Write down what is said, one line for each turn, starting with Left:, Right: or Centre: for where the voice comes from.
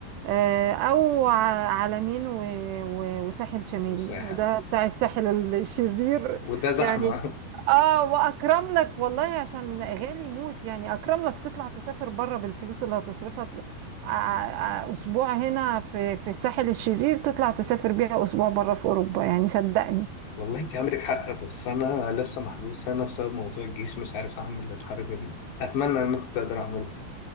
Right: آه، او ع- عالمين و- و- وساحل شمالي
Left: وساحة
Right: وده بتاع الساحل الشرير
Left: وده زحمة
Right: يعني اه واكرم لك والله عشان غالي موت يعني اكرم لك تطلع تسافر بره بالفلوس اللي هتصرفها ت- ع- ع- اسبوع هنا في في الساحل الشرير تطلع تسافر بيها اسبوع بره في اوروبا يعني صدقني
Left: <laughs> والله انت عندك حق بس انا لسه محبوس هنا بسبب موضوع الجيش مش عارف اعمل الحركة دي اتمنى ان انا كنت اقدر اعملها